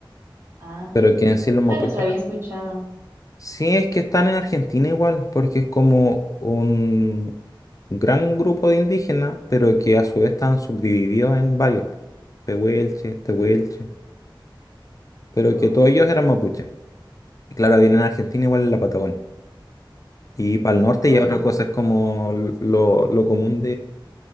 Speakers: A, on the right (about 30°); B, on the left (about 40°).
A: Ah,
B: pero quieren decir
A: nunca
B: los mapuches
A: los había
B: acá.
A: escuchado.
B: Sí, es que están en Argentina igual, porque es como un gran grupo de indígenas, pero que a su vez están subdivididos en varios, po. pehuelche, tehuelche, pero
A: Ah,
B: que todos ellos eran mapuches. Y claro, vienen en Argentina igual en la Patagonia. Y para el norte
A: órale.
B: ya otra cosa es como lo, lo común